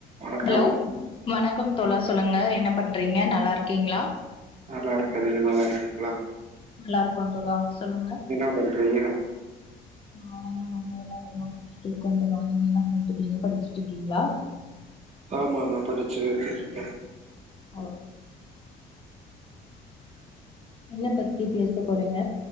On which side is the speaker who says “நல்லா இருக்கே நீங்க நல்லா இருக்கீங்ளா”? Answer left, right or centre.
Right